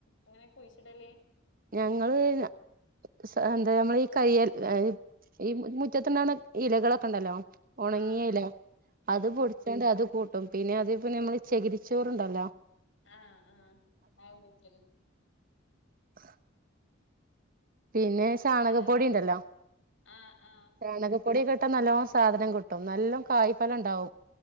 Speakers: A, on the left; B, on the right.
A: ഇങ്ങനെ കുയിച്ചിടല്
B: ഞങ്ങള്ന്ന സ എന്താ നമ്മള് കയ്യേൽ അത് ഈ മു മുറ്റത്ത് ഇണ്ടാവ്ണ ഇലകളൊക്കെ ഇണ്ടല്ലോ ഒണങ്ങിയ
A: ആഹ്
B: ഇല അത്
A: ആഹ്
B: പൊടിച്ചാണ്ട്
A: ആഹ്
B: അത് കൂട്ടും പിന്നെ അതിപ്പൊ നമ്മള് ചെകിരിച്ചോറ് ഇണ്ടല്ലോ
A: ആഹ് ആഹ് അതും കൂട്ടിയാല്
B: ആഹ് പിന്നെ സാണകപ്പൊടി
A: ഹലോ ആഹ്
B: ഇണ്ടല്ലോ
A: ആഹ് ആഹ്
B: ചാണകപ്പൊടി ഒക്കെ ഇട്ടാ നല്ലോണം സാധനം കിട്ടും നല്ലം കായ്ഫലം ഇണ്ടാവും